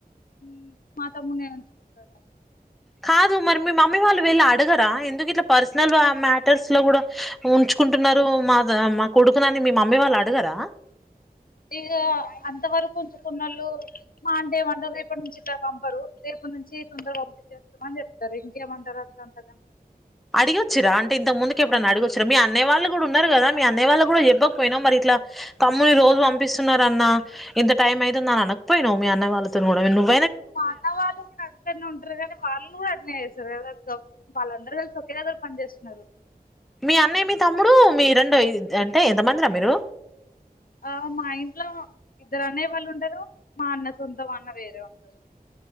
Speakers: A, on the left; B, in the centre.
A: ఉ మా తమ్మున్నే ఉంచుకుంటున్నారు.
B: కాదు మరి మీ మమ్మీ వాళ్ళు వెళ్ళి అడగరా ఎందుకు ఇట్లా పర్సనల్ మ్యాటర్స్ లో కూడా ఉంచ్ కుంటున్నారు మా మా కొడుకునని మీ మమ్మీ వాళ్ళు అడగరా.
A: ఇక అంతవరకు ఉంచుకున్నళ్ళు మాండే మండ రేపటి నుంచి ఇట్లా పంపరు రేప్ ఇప్ప నుంచి తొందరగా పంపి చేస్తామని చెప్తారు ఇంకేమంటారు అంతగా.
B: అడిగొచ్చరా అంటే ఇంత ముందుకి ఎప్పుడైనా అడిగొచ్చరా, మీ అన్నయ వాళ్ళు కూడా ఉన్నారు కదా మీ అన్నయ వాళ్ళు కూడా చెవ్వకపోయినా మరి ఇట్ల్ ఇలా తమ్ముని రోజు పంపిస్తున్నార అన్న ఇంత టైమ్ అయితుంది అని అనకపోయినా మీ అన్న వాళ్ళతో కూడా నువ్
A: మా అన్నవాళ్ళు కూడా అక్కడనే ఉంటారు కానీ వాళ్ళు కూడా అట్లానే రే వాళ్ళందరూ కలిసి ఒకే దగ్గర పని చేస్తున్నారు
B: మీ అన్నయ్య మీ తమ్ముడు మీ రెండు అంటే ఎంతమందిరా మీరు
A: ఆ మా ఇంట్లో ఇద్దరు అన్నయా వాళ్ళు ఉంటారు మా అన్న సొంతం అన్న వేరే ఉంటారు